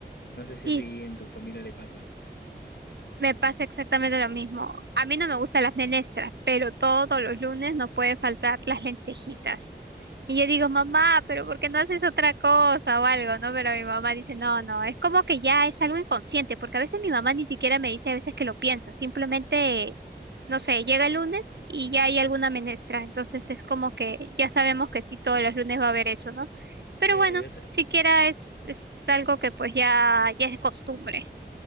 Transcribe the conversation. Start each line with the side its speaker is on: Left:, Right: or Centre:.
Left: No sé si
Right: sí,
Left: a ti en tu familia le pasa.
Right: Me pasa exactamente lo mismo. A mí no me gustan las menestras, pero todos los lunes no puede faltar las lentejitas. Y yo digo, mamá, pero ¿por qué no haces otra cosa o algo, no? Pero mi mamá dice, no, no, es como que ya es algo inconsciente, porque a veces mi mamá ni siquiera me dice a veces que lo piensa, simplemente, no sé, llega el lunes y ya hay alguna menestra, entonces es como que ya sabemos que sí, todos los lunes va a haber eso, ¿no?
Left: Sí,
Right: Pero
Left: es,
Right: bueno, siquiera es, es algo que pues ya, ya es costumbre.